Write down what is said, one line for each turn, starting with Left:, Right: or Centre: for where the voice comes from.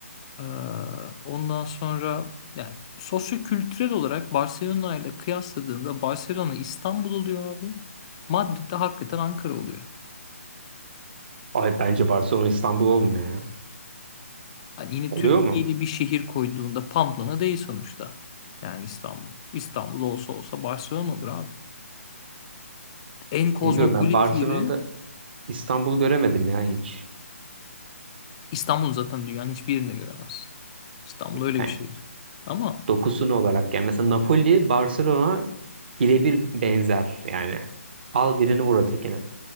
Left: eee, ondan sonra yani sosyokültürel olarak Barcelona ile kıyasladığında Barcelona İstanbul oluyor abi. Madrid de hakikaten Ankara oluyor.
Right: Ay bence Barcelona İstanbul olmuyor ya.
Left: Hani yine
Right: Oluyor
Left: Türkiye
Right: mu?
Left: ile bir şehir koyduğunda Pamplona değil sonuçta. Yani İstanbul. İstanbul olsa olsa Barcelona olur abi. En kozmopolit
Right: Bilmiyorum ben Barcelona'da
Left: yeri
Right: İstanbul'u göremedim ya hiç.
Left: İstanbul zaten dünyanın hiçbir yerinde göremezsin. İstanbul öyle
Right: Yani
Left: bir şehir. Ama
Right: dokusunu olarak yani mesela Napoli Barcelona birebir benzer yani. Al birini vur ötekine.